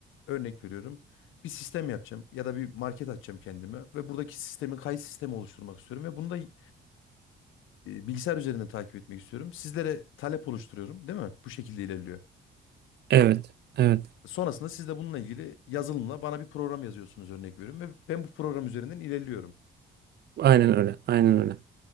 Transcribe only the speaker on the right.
Evet, evet.
Aynen öyle, aynen öyle.